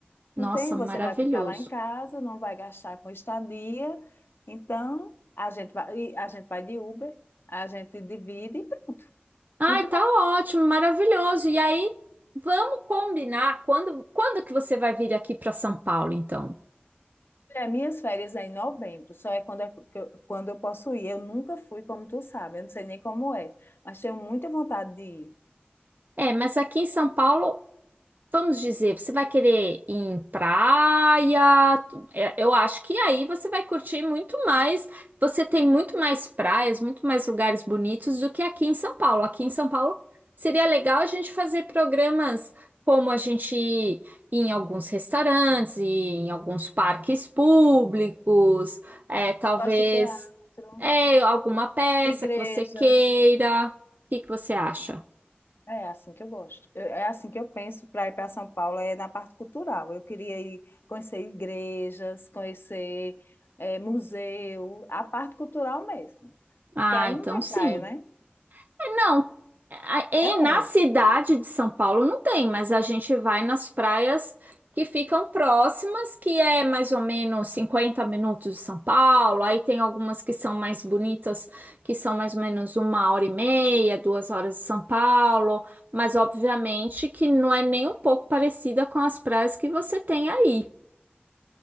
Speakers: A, on the right; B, on the left.
A: Nossa,
B: Não tem, você
A: maravilhoso.
B: vai ficar lá em casa, não vai gastar com estadia. Então, a gente vai, e a gente vai de Uber, a gente divide e pronto.
A: Ai,
B: muito
A: tá
B: bom.
A: ótimo, maravilhoso. E aí, vamos combinar quando, quando que você vai vir aqui para São Paulo, então?
B: É, minhas férias é em novembro, só é quando, é que eu, quando eu posso ir. Eu nunca fui, como tu sabe, eu não sei nem como é, mas tenho muita vontade de ir.
A: É, mas aqui em São Paulo Vamos dizer, você vai querer ir em praia? tu- é, Eu acho que aí você vai curtir muito mais. Você tem muito mais praias, muito mais lugares bonitos do que aqui em São Paulo. Aqui em São Paulo seria legal a gente fazer programas como a gente ir em alguns restaurantes, ir em alguns parques públicos, é, talvez
B: Gosto de teatro.
A: é, alguma
B: Eu-
A: peça
B: igrejas.
A: que você queira. O que que você acha?
B: Pronto. É assim que eu gosto. Eu- É assim que eu penso para ir para São Paulo, é na parte cultural. Eu queria ir conhecer igrejas, conhecer eh, museu, a parte cultural mesmo. Porque
A: Ah,
B: aí
A: então
B: não tem
A: sim.
B: praia, né?
A: Não, a- em-
B: É longe,
A: na cidade de São Paulo não tem, mas a gente vai nas praias que ficam próximas, que é mais ou menos 50 minutos de São Paulo. Aí tem algumas que são mais bonitas, que são mais ou menos uma hora e meia, duas horas de São Paulo. Mas obviamente que não é nem um pouco parecida com as praias que você tem aí.